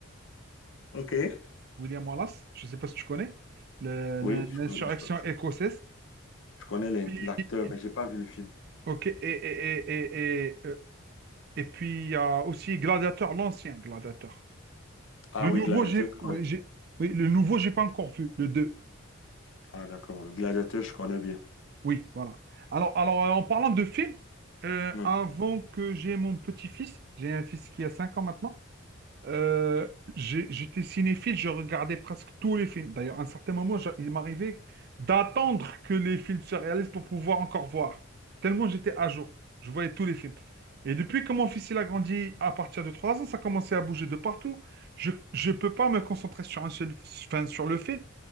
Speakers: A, on the left (about 65°); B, on the right (about 50°).
A: OK.
B: William Wallace, je ne sais pas si tu connais, le-
A: Oui,
B: le-
A: je
B: l'insurrection
A: connais, je, connais
B: écossaise.
A: je connais l'in-
B: Puis,
A: l'acteur, mais j'ai pas vu le film.
B: ok, et, et, et, et, et, euh, et puis il y a aussi Gladiateur, l'ancien Gladiateur.
A: Ah
B: Le
A: oui,
B: nouveau,
A: Gladiateur,
B: j'ai,
A: je connais.
B: oui, j'ai, oui, le nouveau, j'ai pas encore vu, le deux
A: Ah d'accord, le Gladiateur, je connais bien.
B: Oui, voilà. Alors, alors euh, en parlant de films, euh,
A: Hmm.
B: avant que j'ai mon petit-fils, j'ai un fils qui a 5 ans maintenant, euh, j'ai- j'étais cinéphile, je regardais presque tous les films. D'ailleurs, à un certain moment, j'a- il m'arrivait d'attendre que les films se réalisent pour pouvoir encore voir. Tellement j'étais à jour. Je voyais tous les films. Et depuis que mon fils il a grandi à partir de 3 ans, ça commençait à bouger de partout. Je ne peux pas me concentrer sur un seul, enfin, sur le film.